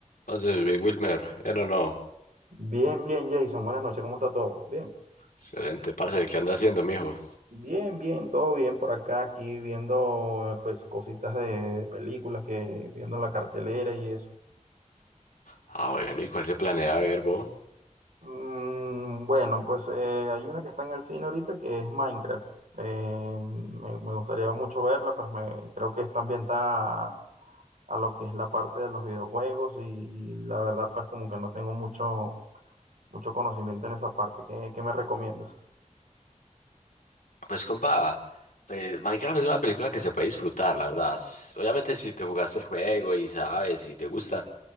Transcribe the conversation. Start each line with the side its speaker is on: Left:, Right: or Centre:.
Left: Entonces, Big Wilmer, ya no, no.
Right: Bien, bien, Jason. Buenas noches. ¿Cómo está todo? Bien.
Left: Excelente, parce, ¿qué anda haciendo, mijo?
Right: Bien, bien, todo bien por acá, aquí viendo eh, pues cositas de películas que viendo en la cartelera y eso.
Left: Ah, bueno, ¿y cuál se planea ver, bo?
Right: Mm, bueno, pues eh, hay una que está en el cine ahorita que es Minecraft. Eh, me, me gustaría mucho verla, pues me, creo que está ambientada a, a lo que es la parte de los videojuegos y, y la verdad pues como que no tengo mucho, mucho conocimiento en esa parte. ¿Qué, qué me recomiendas?
Left: Pues, compa, pues, Minecraft es una película que se puede disfrutar, la verdad. S- Obviamente, si te jugaste el juego y sabes, y te gusta,